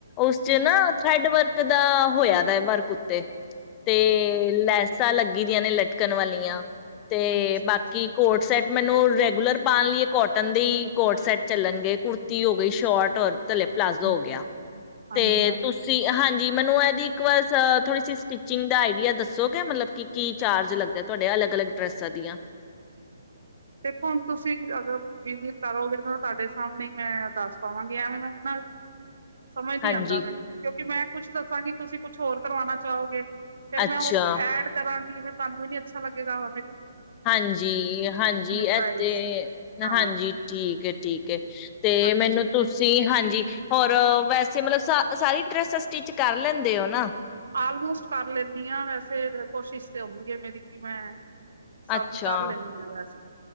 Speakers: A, on the left; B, on the right.
A: ਉਸ ਚ
B: ਅੱਛਾ
A: ਨਾ ਥਰੈਡ ਵਰਕ ਦਾ ਹੋਇਆ ਦੇ ਵਰਕ ਉੱਤੇ ਤੇ'
B: ਠੀਕ ਹੈ ਜੀ
A: ਲੈਸਾਂ ਲੱਗੀ ਦੀਆਂ ਨੇ ਲਟ ਲਟਕਣ ਵਾਲੀਆਂ ਤੇ
B: ਅੱਛਾ
A: ਬਾਕੀ
B: ਅੱਛਾ
A: ਕੋਟ ਸੈਟ ਮੈਨੂੰ ਰੈਂਗੂਲਰ ਪਾਉਣ ਲਈਏ ਕੋਟਨ ਦੇ ਕੋਟ ਸੈਟ ਚੱਲਣਗੇ, ਕੁੜਤੀ ਹੋ ਗਈ ਸ਼ੋਰਟ ਰ ਥਲੇ ਪਲਾਜ਼ੋ
B: ਹਮ
A: ਹੋ ਗਿਆ,
B: ਹਮ ਹਾਂਜੀ
A: ਤੇ
B: ਹਾਂਜੀ
A: ਤੁਸੀਂ ਹਾਂਜੀ ਜੀ ਮੈਨੂੰ ਇਹਦੀ ਥੋੜ੍ਹੀ ਸਟਿਚਿੰਗ ਦਾ ਆਈਡੀਆ ਦੱਸੋਗੇ ਮਤਲਬ ਕਿ ਕੀ ਚਾਰਜ ਲੱਗਦਾ ਤੁਹਾਡੇ ਅਲੱਗ-ਅਲੱਗ ਡ੍ਰੈਸਾਂ ਦੀਆਂ
B: ਦੇਖੋ ਹੁਣ ਤੁਸੀਂ ਅਗਰ ਜਿਵੇ ਕਰੋਗੇ ਤਾਂ ਤੁਹਾਡੇ ਸਾਹਮਣੇ ਮੈਂ ਦੱਸ ਪਾਵਾਂਗੀ, ਐਵੇਂ ਮੈਂ ਨਾ ਸਮਝ ਨੀ
A: ਹਾਂਜੀ
B: ਆਦਾ, ਮੈਨੂੰ ਕਿਉਂਕਿ ਮੈਂ ਕੁਛ ਦੱਸਾਂਗੀ ਤੁਸੀਂ ਕੁਛ ਹੋਰ ਕਰਵਾਣਾ ਚਾਹੋਗੇ ਫਿਰ
A: ਅੱਛਾ
B: ਮੈਂ ਉਹ ਐਡ ਕਰਾਂਗੀ ਫਿਰ ਤੁਹਾਨੂੰ ਵੀ ਨੀ ਅੱਛਾ ਲੱਗੇਗਾ ਵਾ
A: ਹਾਂਜੀ, ਹਾਂਜੀ ਜੀ
B: ਪ੍ਰਾਈਜ਼
A: ਐ ਤੇ
B: ਹਾਂ
A: ਹਾਂਜੀ ਠੀਕ ਹੈ, ਠੀਕ ਹੈ ਤੇ
B: ਹਾਂ
A: ਮੈਨੂੰ ਤੁਸੀਂ ਹਾਂਜੀ, ਹੋਰ ਵੈਸੇ ਮਤਲਬ ਸਾਰੀ ਡਰੈਸਾਂ ਸਟਿਚ ਕਰ ਲੈਂਦੇ ਹੋ ਨਾ
B: ਆਲਮੋਸਟ ਕਰ ਲੈਂਦੀ ਹਾਂ, ਵੈਸੇ ਕੋਸ਼ਿਸ਼ ਤੇ ਹੁੰਦੀ ਹੈ, ਮੇਰੀ ਕਿ ਮੈਂ ਸਭ
A: ਅੱਛਾ
B: ਕਰ ਲੈਂਣੀ ਹਾਂ, ਵੈਸੇ